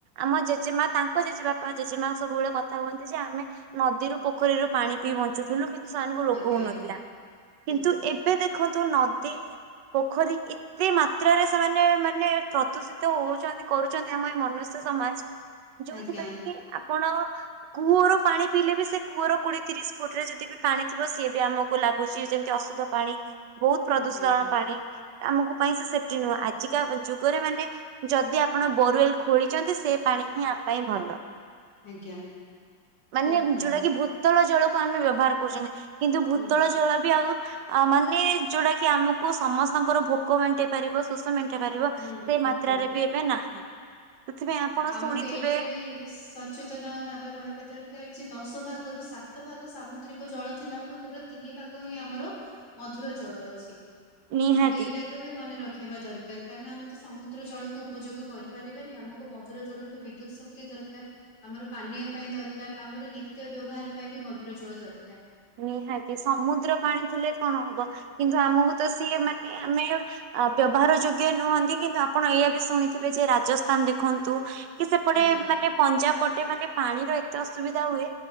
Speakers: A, on the right; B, on the left.
A: ଆମ ଜେଜେମା ତାଙ୍କ ଜେଜେବାପା ଜେଜେମା ସବୁବେଳେ କଥା ହୁଅନ୍ତି ଯେ ଆମେ ନଦୀରୁ ପୋଖରୀରୁ ପାଣି ପିଇ ବଞ୍ଚୁଥିଲୁ କିନ୍ତୁ ସେମାନଙ୍କୁ ରୋଗ
B: ଆଜ୍ଞା
A: ହଉନଥିଲା।
B: ଆଜ୍ଞା
A: କିନ୍ତୁ
B: ଆଜ୍ଞା
A: ଏବେ ଦେଖନ୍ତୁ ନଦୀ ପୋଖରୀ ଇ ଏତେ ମାତ୍ରାରେ ସେମାନେ ମାନେ ପ୍ରଦୂଷିତ ହଉଛନ୍ତି କରୁଛନ୍ତି ଆମ ଏଇ ମନୁଷ୍ୟ ସମାଜ ଯୋଉଥିପାଇଁ
B: ଆଜ୍ଞା
A: କି ଆପଣ କୂଅରୁ ପାଣି ପିଇଲେ ବି ସେ କୂଅର କୋଡିଏ ତିରିଶ ଫୁଟରେ ଯେତିକି ବି ପାଣି ଥିବ ସିଏ ବି ଆମକୁ ଲାଗ୍ ଗୁଚି ଯେମତି ଅଶୁଦ୍ଧ ପାଣି ବୋହୁତ ପ୍ରଦୂଷଣ
B: ଆଜ୍ଞା
A: ପାଣି। ଆମୁକୁ ପାଇଁ ସେ ସେପ୍ଟି ନୁହଁ ଆଜିକା ଯୁଗରେ ମାନେ ଯଦି ଆପଣ ବୋରୱେଲ୍ ଖୋଳିଚନ୍ତି ସେ ପାଣି ହିଁ ଆମ ପାଇଁ ଭଲ।
B: ଆଜ୍ଞା
A: ମାନେ
B: ଠିକ କହିଲେ
A: ଯୋଉଟା କି ଭୂତ୍ ତଳ ଜଳକୁ ଆମେ ବ୍ୟବହାର କରୁଚନ୍ତି କିନ୍ତୁ ଭୂତଳ
B: ହୁଁ
A: ଜ ଜଳ ବି ଆବୁ ଆ ମାନେ ଯୋଉଟା କି ଆମୁକୁ ସମସ୍ତଙ୍କର ଭୋକ ମେଣ୍ଟେଇ ପାରିବ ଶୋଷ ମେ ଣ୍ଟେଇ ପାରିବ
B: ହୁଁ
A: ସେ
B: ହୁଁ
A: ମାତ୍ରାରେ
B: ହୁଁ।
A: ବି ଏବେ ନାହିଁ। ସେଥିପାଇଁ ଆପଣ
B: ଆମକୁ
A: ଶୁଣିଥିବେ
B: ଏଇଟା ବି ସ ଚେତନ ହେବା ରହିବା ଦରକାର ଯେ ଦଶ ଭାଗରୁ ସାତ ଭାଗ ସାମୁଦ୍ରିକ ଜଳ ଥିଲାବେଳୁ କେବଳ ତିନି ଭାଗ ହିଁ ଆମର ମଧୁର ଜଳ ଅଛି।
A: ନିହାତି।
B: ଆମକୁ ଏଇଟାକୁ ବି ମନେ ରଖିବା ଦରକାର କାରଣ ଆମେ ତ ସମୁଦ୍ର ଜଳକୁ ଉପଯୋଗ କରିପାରି ବାନି ଆମକୁ ମଧୁର ଜଳଠୁ ବିଦ୍ୟୁତ ଶକ୍ତି ଦରକାର। ଆମର ପାନୀୟ ପାଇଁ ଦରକାର ଆମର ନିତ୍ୟ ବ୍ୟବହାର ପାଇଁ ବି ମଧୁର ଜଳ ଦରକାର।
A: ନିହାତି ସମୁଦ୍ର ପାଣି ଥିଲେ କଣ ହବ କିନ୍ତୁ ଆମୁକୁ ତ ସିଏ ମାନେ ଆମେ ଆ ବ୍ୟବହାର ଯୋଗ୍ୟ ନୁହନ୍ତି କିନ୍ତୁ ଆପଣ ଏଇଆ ବି ଶୁଣିଥିବେ ଯେ ରାଜସ୍ଥାନ ଦେଖନ୍ତୁ କି ସେପଟେ
B: ଆଜ୍ଞା।
A: ମାନେ ପଞ୍ଜାବ ପଟେ ମାନେ ପାଣିର ଏତେ ଅସୁବିଧା ହୁଏ